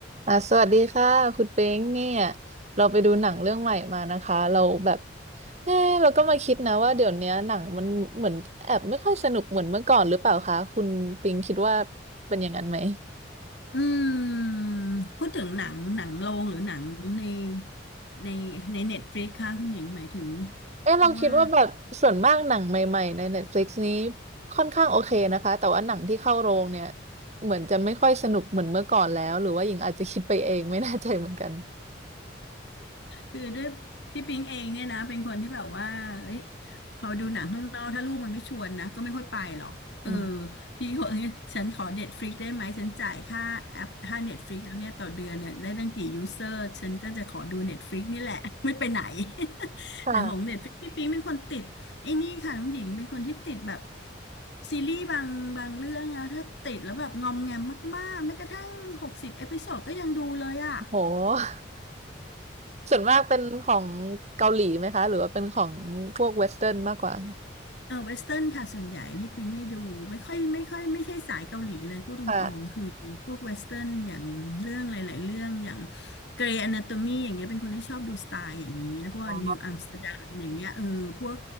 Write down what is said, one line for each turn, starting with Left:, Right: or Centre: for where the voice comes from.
Right: อ่าสวัสดีค่ะคุณเป้งเนี่ยเราไปดูหนังเรื่องใหม่มานะคะเราแบบเออเราก็มาคิดนะว่าเดี๋ยวเนี้ยหนังมันเหมือนแอบไม่ค่อยสนุกเหมือนเมื่อก่อนหรือเปล่าคะคุณปิงคิดว่าเป็นอย่างนั้นไหม
Left: อืมพูดถึงหนังหนังโรงหรือหนังในในในเน็ตฟลิกค่ะคุณหญิงหมายถึง
Right: เออเราคิดว่าแบบส่วนมากหนังใหม่ๆใน
Left: เพราะว่า
Right: n e ลิก i x นี้ค่อนข้างโอเคนะคะแต่ว่าหนังที่เข้าโรงเนี่ยเหมือนจะไม่ค่อยสนุกเหมือนเมื่อก่อนแล้วหรือว่าหญิงอาจจะคิดไปเองไม่แน่ใจเหมือนกัน
Left: คือด้วยพี่ปิงเองเนี่ยนะเป็นคนที่แบบว่าเอ้ยพอดูหนังข้างนอกถ้าลูกมันไม่ชวนนะก็ไม่ค่อยไปหรอกเออ
Right: อืม
Left: พี่ก็เอ้ยฉันขอเน็ตฟลิกได้ไหมฉันจ่ายค่าแอปค่าเน็ตฟลิกแล้วเนี่ยต่อเดือนเนี่ยได้ตั้งกี่ยูเซอร์ฉันก็จะขอดูเน็ตฟลิกนี่แหละ <laughs> ไม่ไปไหน <laughs>
Right: ค่ะ
Left: แต่ของเน็ตฟลิกพี่ปิงเป็นคนติดไอ้นี่ค่ะน้องหญิงเป็นคนที่ติดแบบซีรีส์บางบางเรื่องอะถ้าติดแล้วแบบงอมแงมมากๆแม้กระทั่งหกสิบเอพิโซดก็ยังดูเลยอะ
Right: โห ส่วนมากเป็นของเกาหลีไหมคะหรือว่าเป็นของพวกเวสเทิร์นมากกว่า
Left: เออเวสเทิร์นค่ะส่วนใหญ่พี่ปิงไม่ดูไม่ค่อยไม่ค่อยไม่ใช่สายเกาหลีเลยพูดตรงๆคือพวกเวสเทิร์นอย่างเรื่องหลายๆเรื่องอย่าง
Right: ค่ะ
Left: เกรย์อนาโตมีอย่างเงี้ยเป็นคนที่ชอบดูสไตล์อย่างนี้แล้วพวกนิวอัมสเตอร์ดัมอย่างเงี้ยเออพวก
Right: อ๋อ